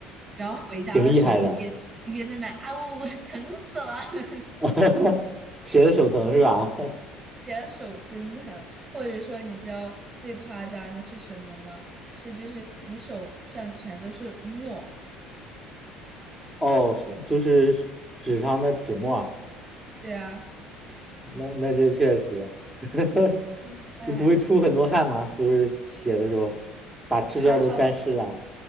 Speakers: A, on the right; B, in the centre.
A: 然后回家的时候一边一边在那啊呜呜，
B: 挺厉害的，
A: 疼死了，<laughs>
B: <laughs> 写的手疼是吧？<laughs>
A: 写的手真疼，或者说你知道最夸张的是什么吗？是就是你手上全都是墨，
B: 哦，是就是纸上的纸墨啊，
A: 对啊，
B: 那那这确实，<laughs>
A: 哎。
B: 就不会出很多汗嘛，就是写的时候把试卷都沾湿了。
A: 还好，